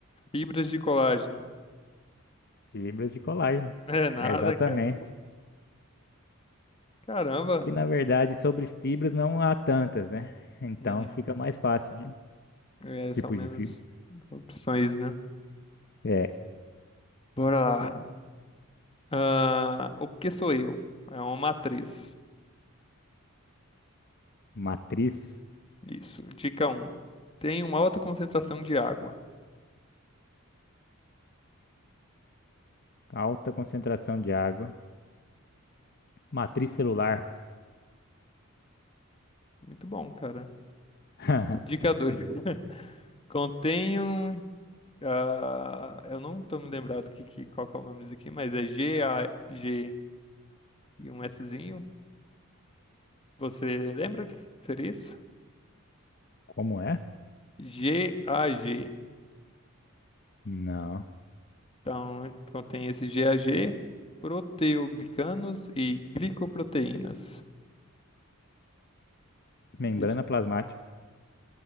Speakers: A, on the left; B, on the left.
A: Fibras de colágeno. <laughs>
B: fibras de colágeno.
A: É nada,
B: Exatamente.
A: cara. Caramba.
B: E na verdade, sobre fibras não há tantas, né? Então
A: Hum,
B: fica mais fácil de
A: é,
B: tipo
A: são menos
B: de fibra.
A: opções, né?
B: É
A: Bora lá. Ah, o que sou eu? É uma matriz.
B: matriz,
A: Isso. Dica um, Tem uma alta concentração de água.
B: alta concentração de água, matriz celular.
A: Muito bom, cara.
B: <laughs>
A: Dica 2, <laughs> Contém um. ah, eu não tô me lembrado que, que, qual que é o nome disso aqui, mas é G-A-G e um Szinho. Você lembra o que que seria isso?
B: Como é?
A: G-A-G.
B: Não.
A: Então, contém esse G-A-G, proteoglicanos e glicoproteínas.
B: Membrana
A: Deixa-
B: plasmática,